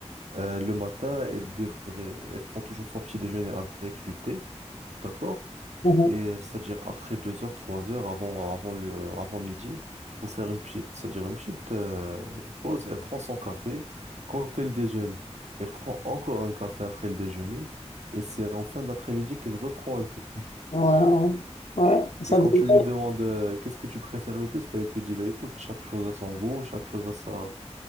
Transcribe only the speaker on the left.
Mhm.
Wow. Ouais, ça
devient...